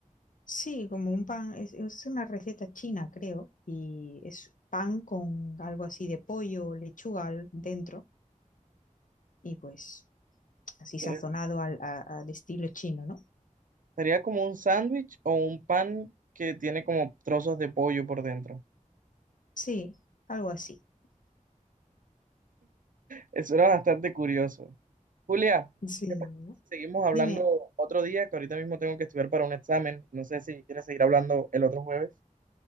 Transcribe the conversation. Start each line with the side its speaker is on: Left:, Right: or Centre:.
Left: sí, como un pan, es, es una receta china, creo, y es pan con algo así de pollo o lechuga al- dentro, y pues... así sazonado
Right: Eh,
Left: al, a- al estilo chino, ¿no?
Right: Sería como un sándwich o un pan que tiene como trozos de pollo por dentro.
Left: Sí, algo así.
Right: Eso era bastante curioso. Julia,
Left: Sí.
Right: ¿te parece si seguimos hablando
Left: Dime,
Right: otro día, que ahorita mismo tengo que estudiar para un examen. No sé si quieres seguir hablando el otro jueves.